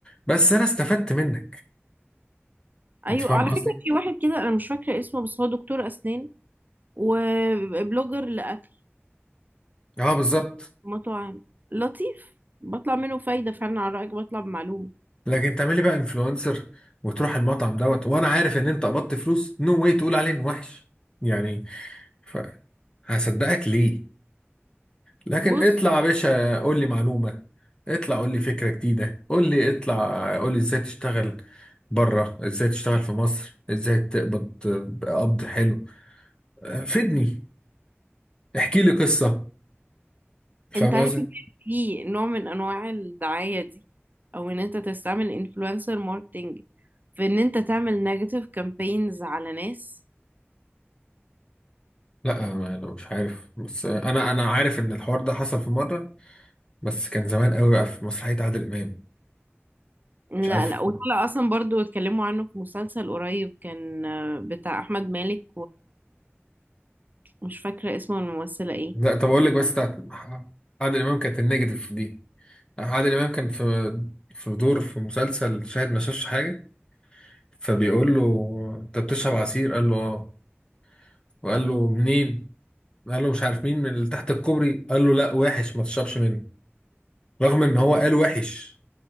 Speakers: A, on the left; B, on the right.
A: بس انا استفدت منك
B: ايوه
A: انت فاهم
B: على
A: قصدي
B: فكره في واحد كده انا مش فاكره اسمه بس هو دكتور اسنان وبلوجر لاكل
A: اه بالظبط
B: مطاعم لطيف بطلع منه فايده فعلا على رايك بطلع بمعلومه
A: لكن تعملي بقى انفلونسر وتروح المطعم دوت وانا عارف ان انت قبضت فلوس نو واي تقول عليه انه وحش يعني ف هصدقك ليه لكن
B: بص
A: اطلع يا باشا قول لي معلومة اطلع قول لي فكرة جديدة قول لي اطلع قول لي ازاي تشتغل بره ازاي تشتغل في مصر ازاي تقبض قبض حلو آه، فيدني احكي لي قصة فاهم
B: انت عارف
A: قصدي
B: ان في نوع من انواع الدعايه دي او ان انت تستعمل انفلونسر ماركتنج في ان انت تعمل نيجاتيف كامبينز على ناس
A: لا ما- انا مش عارف بس آه، انا انا عارف ان الحوار ده حصل في مرة بس كان زمان قوي بقى في مسرحية عادل امام
B: لا
A: مش عارف
B: لا وطلع اصلا برضو اتكلموا عنه في مسلسل قريب كان آه، بتاع احمد مالك ومش فاكره اسمه الممثله ايه
A: لا طب اقول لك بس بتاعت عادل امام كانت النيجاتيف دي عادل امام كان في في دور في مسلسل شاهد ما شافش حاجة فبيقول له انت بتشرب عصير قال له اه وقال له منين قال له مش عارف مين من اللي تحت الكوبري قال له لا وحش ما تشربش منه رغم ان هو قال وحش